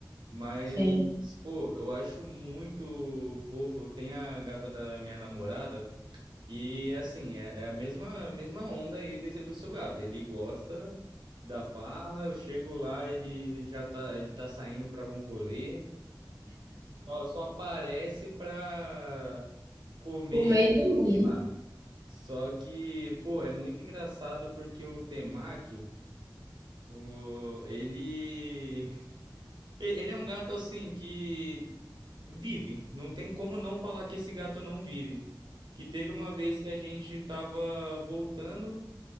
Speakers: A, on the right; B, on the right.
A: Mas,
B: sim.
A: pô, eu acho muito fofo. Tem a gata da minha namorada. E assim, é, é a mesma, a mesma onda aí desse- do seu gato. Ele gosta da farra, eu chego lá, ele já tá, ele tá saindo pra algum rolê. Só, só aparece pra comer
B: Por meio
A: e
B: do
A: dormir
B: dormir.
A: lá. Só que, pô, é muito engraçado porque o Temaki, o, ele, <laughs> e- ele é um gato assim que vive. Não tem como não falar que esse gato não vive. Que teve uma vez que a gente tava voltando.